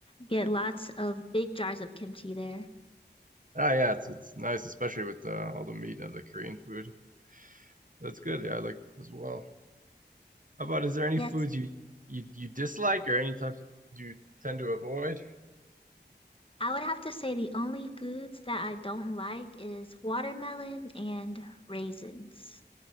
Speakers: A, on the left; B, on the right.
A: get lots of big jars of kimchi there.
B: Ah, yeah, it's it's nice, especially with uh, all the meat of the Korean food. That's good. Yeah, I like as well. How about is there any
A: Yes,
B: foods you you you dislike or any types of foods you tend to avoid?
A: I would have to say the only foods that I don't like is watermelon and raisins.